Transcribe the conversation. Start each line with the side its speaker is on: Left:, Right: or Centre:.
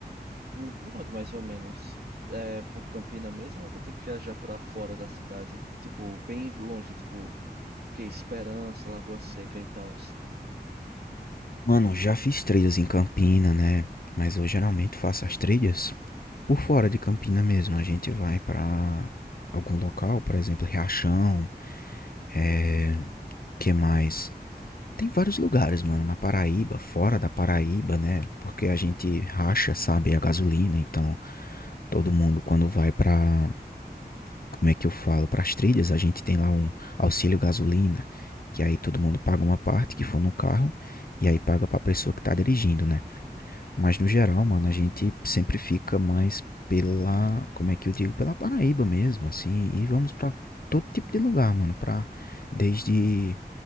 Right: O- Por onde mais ou menos? É por Campina mesmo ou tu tem que viajar pra fora da cidade? Tipo, bem longe, tipo, que é Esperança, Lagoa Seca e tal.
Left: Mano, já fiz trilhas em Campina, né? Mas eu geralmente faço as trilhas por fora de Campina mesmo. A gente vai pra algum local, por exemplo, Riachão, é... que mais? Tem vários lugares, mano, na Paraíba, fora da Paraíba, né? Porque a gente racha, sabe, a gasolina, então todo mundo quando vai pra como é que eu falo, para as trilhas, a gente tem lá um auxílio gasolina, que aí todo mundo paga uma parte que for no carro e aí paga para a pessoa que tá dirigindo, né? Mas no geral, mano, a gente sempre fica mais pela, como é que eu digo, pela Paraíba mesmo, assim, e vamos para todo tipo de lugar, mano, para desde,